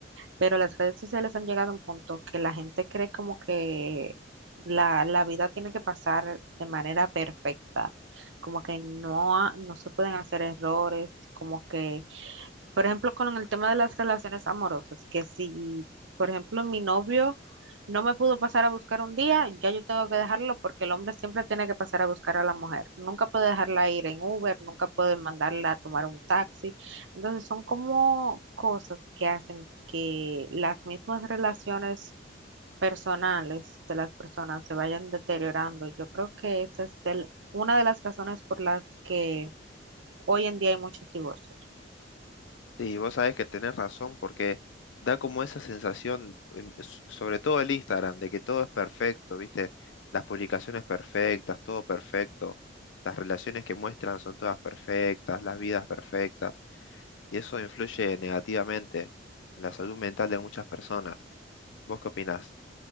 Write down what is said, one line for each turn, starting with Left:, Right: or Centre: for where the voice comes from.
Right: Pero las redes sociales han llegado a un punto que la gente cree como que la, la vida tiene que pasar de manera perfecta, como que no, ha- no se pueden hacer errores, como que por ejemplo, con el tema de las relaciones amorosas, que si, por ejemplo, mi novio no me pudo pasar a buscar un día, ya yo tengo que dejarlo porque el hombre siempre tiene que pasar a buscar a la mujer. Nunca puede dejarla ir en Uber, nunca puede mandarla a tomar un taxi. Entonces son como cosas que hacen que las mismas relaciones personales de las personas se vayan deteriorando. Yo creo que esa es del- una de las razones por las que hoy en día hay muchos divorcios.
Left: Sí, vos sabés que tenés razón porque da como esa sensación, em, s- sobre todo el Instagram, de que todo es perfecto, ¿viste? Las publicaciones perfectas, todo perfecto, las relaciones que muestran son todas perfectas, las vidas perfectas, y eso influye negativamente en la salud mental de muchas personas. ¿Vos qué opinás?